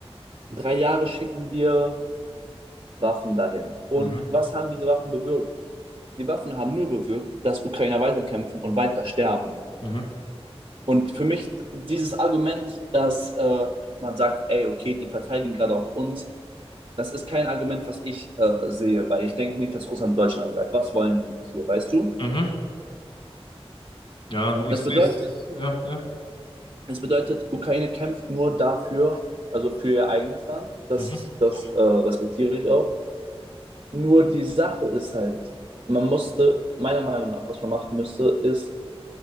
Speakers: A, on the right; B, on the left.
A: Drei Jahre schicken wir Waffen dahin. Und
B: Mhm,
A: was haben diese Waffen bewirkt? Die Waffen haben nur bewirkt, dass Ukrainer weiterkämpfen und weiter sterben.
B: mhm,
A: Und für mich dieses Argument, dass äh, man sagt, ey, okay, die verteidigen gerade auch uns, das ist kein Argument, was ich äh, sehe, weil ich denke nicht, dass Russland Deutschland angreift. Was wollen die hier, weißt du?
B: mhm. Ja, ich
A: Es
B: sehe
A: bedeutet,
B: es, ja, ja.
A: es bedeutet, Ukraine kämpft nur dafür, also für ihr eigenes Land. Das,
B: Mhm.
A: das äh, respektiere ich auch. Nur die Sache ist halt, man musste, meiner Meinung nach, was man machen müsste, ist